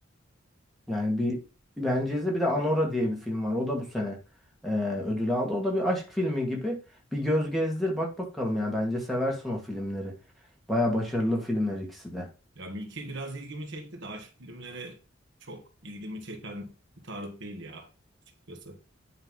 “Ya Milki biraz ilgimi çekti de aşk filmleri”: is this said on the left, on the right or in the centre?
Right